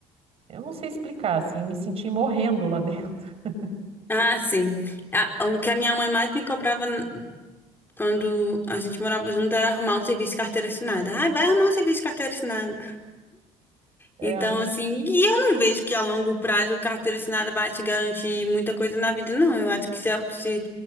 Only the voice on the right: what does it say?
Eu não sei explicar, assim, eu me senti morrendo lá dentro. <laughs>
É,